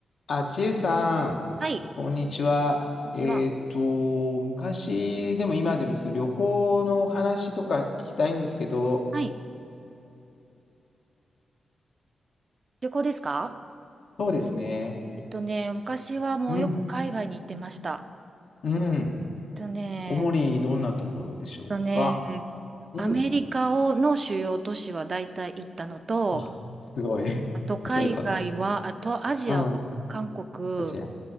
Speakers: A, on the left; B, on the right.
A: あ、ちえさん、
B: はい。
A: こんにちは。
B: うちは、
A: えっと、昔でも今でもいいですけど、旅行のお話とか聞きたいんですけど、
B: はい。旅行ですか
A: そうですね。
B: えっとね、昔はもうよく海外に行ってました。
A: うん、うん。
B: えっとね、
A: 主にどんなところでしょうか。
B: えっとね、
A: うん。
B: アメリカをの主要都市は大体行ったのと、
A: わ、すごい。
B: あと海外は、
A: それから。
B: あとアジアは韓国、
A: うん。アジア。